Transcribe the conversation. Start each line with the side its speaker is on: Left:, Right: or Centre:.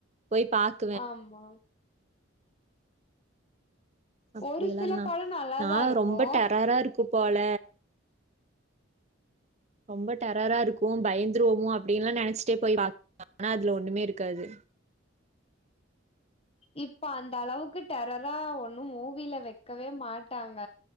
Right: போய் பாக்
Left: ஆமா
Right: அப்டி
Left: ஒரு
Right: எல்லா
Left: சில
Right: நா
Left: படோ நல்லாதா
Right: நா
Left: இருக்கு
Right: ரொம்ப டெரரா இருக் கு போல ரொம்ப டெரரா இருக்கு பயந் துருவோமோ அப்டின்னுல்லா நெனச்சுட்டே போய் <inaudible> அதுல ஒண்ணமே இருக்காது
Left: இப்ப அந்த அளவுக்கு டெரரா ஒண்ணு மூவில வைக்கவே மாட்டாங்க